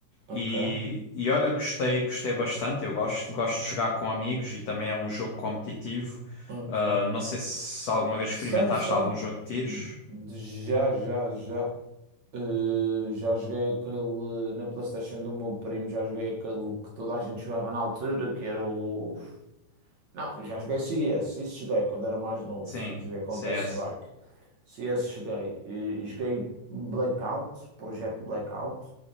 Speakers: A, on the right (about 50°); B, on the left (about 75°).
A: ok,
B: E, e olha, gostei, gostei bastante. Eu gosto, gosto de jogar com amigos e também é um jogo competitivo.
A: ok,
B: Ah, não sei se alguma vez
A: sei,
B: experimentaste
A: sei,
B: algum jogo de tiros.
A: De- já, já, já. Eh, já joguei aquele na PlayStation do meu primo, já joguei aquele que toda a gente jogava na altura, que era o. Não, já joguei CS, isso joguei quando era mais novo.
B: Sim,
A: Joguei Counter-Strike.
B: CS.
A: CS joguei. Eh, joguei Blackout, Projeto Blackout.